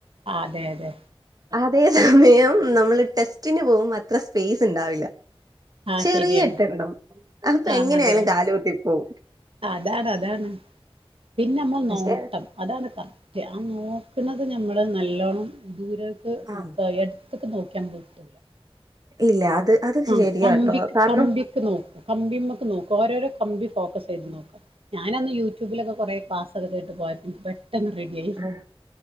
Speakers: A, on the right; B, on the right.
A: ആഹ് അതെ അതെ
B: അതേ സമയം നമ്മള് ടെസ്റ്റിന് പോവുമ്പ അത്ര സ്പേസ്ണ്ടാവില്ല
A: ആ
B: ചെറിയ
A: ശരിയാണ്
B: എട്ടിടണം അപ്പ
A: ആ
B: എങ്ങനെയായലും
A: അതെ
B: കാല് കുത്തി പോവും
A: അതാണ് അതാണ് പിന്നെ അമ്മള
B: പക്ഷെ
A: നോട്ടം അതാണ് കറ ക്ട് ആഹ് നോക്ക്ണത് ഞമ്മള് നല്ലോണം ദൂരേക്ക് നോക്കാ
B: ആഹ്
A: എടു ട്ത്ത്ക്ക് നോക്ക്യ അമ്മള് എത്തൂലാ
B: ഇല്ല അത്
A: ആഹ്
B: ശരിയാട്ടോ
A: കമ്പിക്ക്
B: കാരണം
A: കമ്പിക്ക് നോക്കാ കമ്പീമ്മക്ക് നോക്കാ ഓരോരോ കമ്പി ഫോക്കസ് ചെയ്ത് നോക്കാ ഞാനന്ന് യൂട്യൂബിലൊക്കെ കൊറേ ക്ലാസ്ക്കെ കേട്ടു പോയപ്പോ പെട്ടെന്ന് റെഡി ആയി
B: ആഹ്